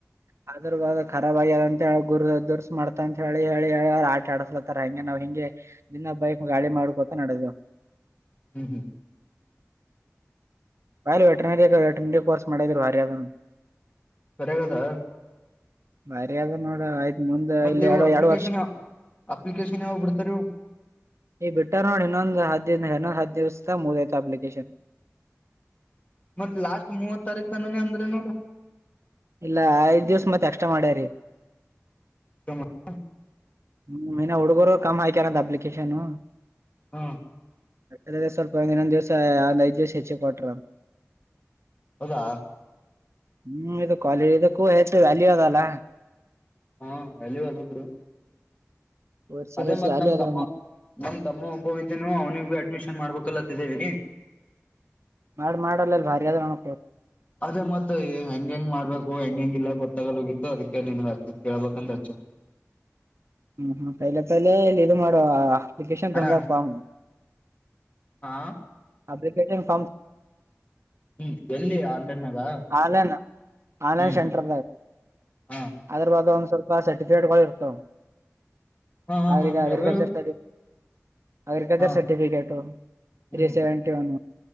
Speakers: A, on the right; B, on the left.
A: <unintelligible> ಅದ್ರ ಬ ಅ ರಬ್ ಆಗ್ಯದ ಅಂತ ಹೇಳ ಗುರು ದುರ್ಸ ಮಾಡ್ತ ಅಂತ ಹೇಳಿ ಹೇಳಿ ಹೇಳ ಅವ್ ಆಟ ಆಡಸ್ಲತ್ತಾರ ಹಂಗೆ ನಾವ್ ಹಿಂಗ ನಿಂಗೆ ದಿನ ಬೈಕ್ ಗಾಡಿ ಮಾಡ್ಕೊತ ನಡೆದುವು
B: ಹ್ಮ್ ಹ್ಮ್
A: ಬಾರಿ ವೆಟನರಿ ವೆಟನರಿ ಕೋರ್ಸ್ ಮಾಡಿದ್ರ ಭಾರಿ ಅದ
B: ಸರಿಗದಾ
A: ಬರ ಅದ ನೋಡ ಆಯ್ತ ಮುಂದೆ
B: ಮತ್ತ
A: ಇಲ್ಲಿ
B: ಇವು
A: ಎರಡು
B: ಅಪ್ಲಿಕೇಶನ್
A: ಎರಡು ವರ್ಷ
B: ಅಪ್ಲಿಕೇಶನ್ ಯಾವಾಗ ಬಿಡ್ತಾರ ಇವು
A: ಈ ಬಿಟ್ಟರ್ನೋಡ್ ಇನ್ನೊಂದು ಹೆನೊ ಹ ದ್ಯಸ್ಥ ಮುದೈಿತ ಅಪ್ಲಿಕೇಶನ್
B: ಮತ್ತ್ ಲಾಸ್ಟ್ ಮೂವತ್ ತಾರೀಕ್ ತನಾನ ಅಂದ್ರೆ ನೋಡು
A: ಇಲ್ಲ ಐದ್ ದಿವ್ಸ ಮತ್ತ ಎಕ್ಸ್ಟ್ರಾ ಮಾಡ್ಯಾರಿೀ
B: ಹ
A: ಹ್ಮ್ ಇನ ಹುಡುಗರು ಕಮ್ಮ್ ಹಯಕ್ಯಾರಂತ ಅಪ್ಲಿಕೇಶನು
B: ಹ್ಮ
A: ಅ ಸ್ವಲ್ಪ ಒಂದ್ ಇನ್ನೊಂದ್ ದಿವ್ಸ ಒಂದ್ ಐದ್ ದಿವ್ಸ ಹೆಚ್ಚಿ ಕೊಟ್ರ
B: ಹೌದಾ
A: ಹ್ಮ್ ಇದು ಕ್ವಾಲಿಟಿ ಇದಕ್ಕೂ ಹೆಚ್ಚು ವ್ಯಾಲ್ಯೂ ಅದಲ್ಲ
B: ಹಾ ಅಲ್ಲಿವಲ್ಲರು
A: ಕೋರ್ಸ್
B: ಅದೇ
A: ಹೆಚ್ಚು
B: ಮತ್
A: ವ್ಯಾಲ್ಯೂ
B: ನಮ
A: ಅದ
B: ತಮ್ಮ ನಮ ತಮ್ಮ ಒಬ್ಬನಿದ್ದೇನು ಅವನಿಗೆ ಭ ಅಡ್ಮಿಷನ್ ಮಾಡ್ಬೇಕಲ್ಲತ್ತಿದ್ದೇವಿ
A: ಮಾಡ ಮಾಡಲ್ಲ ಅಲ್ ಬಾರಿ ಆದಾದ್ರೂ ನಣಕೋರಿ
B: ಅದೇ ಮತ್ತತ್ ಹೆಂಗ ಹೆಂಗ್ ಮಾಡ್ಬೇಕು ಹೆಂಗ ಹೆಂಗ ಇಲ್ಲ ಗೊತ್ತಾಗಲ್ ಹೋಗಿ ಅದಕ್ಕೆ ನಿ ರಾಜು ಕೆೇಳ ಬಖಂಡ ಹ
A: ಹ್ಮ್ ಹ್ಮ ತೈಲೆ ತೈಲೆ ಇಲ್ಲಿ ಇದು ಮಾಡುವ ಅಪ್ಲಿಕೇಶನ್
B: ಅಣ್ಣ
A: ತೊಂದಾಗ ಫಾರ್ಮ್
B: ಹಾ
A: ಅದಸ
B: ಹ್ಮ್ ಎಲ್ಲಿ ಆನ್ಲೈನ್ಗ
A: ಆನ್ಲೈನ್ ಆನ್ಲೈನ್
B: ಹ್ಮ್
A: ಸೆಂಟರ್
B: ಹಾ
A: ಅದ್ರ ಬ ಒಂದ್ ಸ್ವಲ್ಪ ಸರ್ಟಿಫಿಕೇಟ್ಗಳು ಇರ್ತಾವ
B: ಹಾ ಹಾ
A: ಅ್ರ
B: ಹಾ
A: ಅಗ್ರಿಕಲ್ಚರ್
B: ಯಾವ್ಯಾವ
A: ತ ಅಗ್ರಿಕಲ್ಚರ್
B: ಹಾ
A: ಸರ್ಟಿಫಿಕೇಟ್
B: ಹ್ಮ್
A: ತ್ರೀ ಸೆವೆಂಟಿ ಒನ್